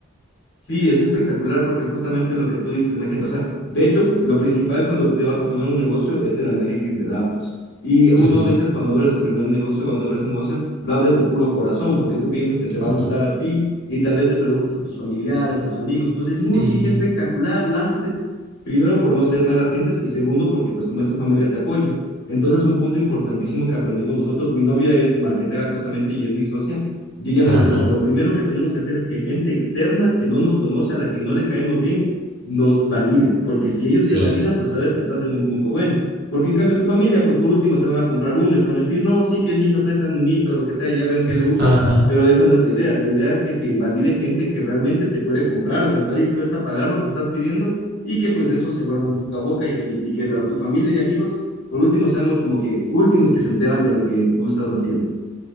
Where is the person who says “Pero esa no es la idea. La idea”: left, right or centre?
Left